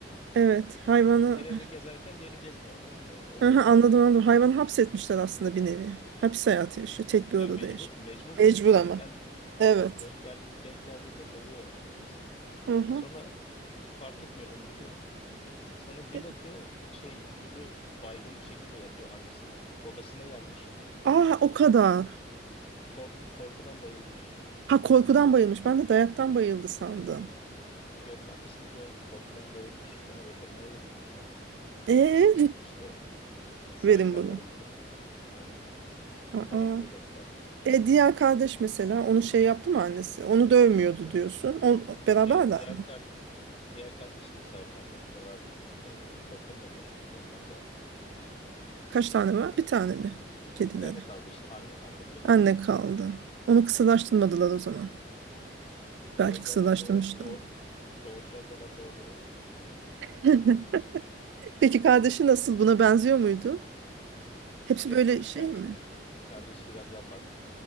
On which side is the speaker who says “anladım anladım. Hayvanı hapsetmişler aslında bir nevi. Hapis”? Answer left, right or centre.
Right